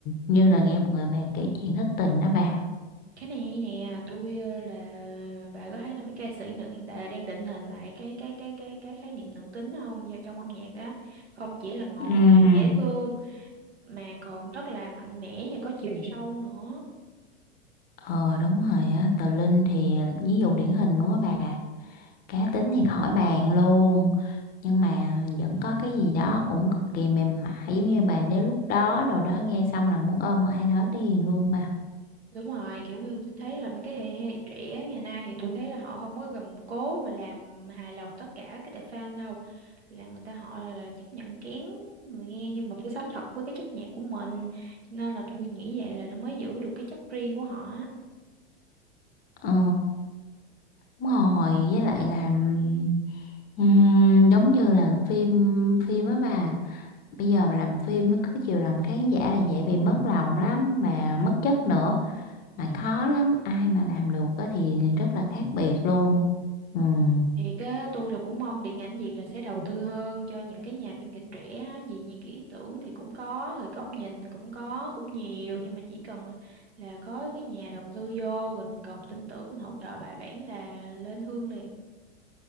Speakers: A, on the left; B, on the right.
A: như là nghe một người bạn kể chuyện thất tình đó bà
B: Cái này hay nè, tôi ờ, là bà có thấy là mấy ca sĩ nữ hiện tại là đang định hình lại cái cái cái cái cái khái niệm nữ tính không? Do trong âm nhạc á, không chỉ là ngọt
A: ừ
B: ngào dễ thương mà còn rất là mạnh mẽ và có chiều sâu nữa.
A: ờ đúng rồi á Tờ Linh thì ví dụ điển hình luôn á bà cá tính thì khỏi bàn luôn nhưng mà vẫn có cái gì đó cũng cực kỳ mềm mại giống như bà nếu lúc đó đồ đó nghe xong là muốn ôm một ai đó liền luôn mà
B: Đúng rồi, kiểu như tôi thấy là mấy cái thế hệ trẻ ngày nay thì tôi thấy là họ không có gầm cố mà làm hài lòng tất cả cái tệp fan đâu. Là người ta họ là, là chấp nhận kén người nghe nhưng mà phải sống thật với cái chất nhạc của mình. Cho Nên là tôi nghĩ vậy là nó mới giữ được cái chất riêng của họ. á.
A: ờ đúng rồi với lại là ừm, ừm, giống như là phim phim á bà bây giờ mà làm phim nó cứ chiều lòng khán giả là dễ bị mất lòng lắm mà mất chất nữa mà khó lắm ai mà làm được á thì rất là khác biệt luôn ừm
B: Thiệt á, tôi là cũng mong điện ảnh Việt là sẽ đầu tư hơn cho những cái nhà biên kịch trẻ á, vì như cái ý tưởng thì cũng có, rồi góc nhìn cũng có, cũng nhiều nhưng mà chỉ cần là có cái nhà đầu tư vô rồi mình còn tin tưởng mình hỗ trợ bài bản là lên hương liền.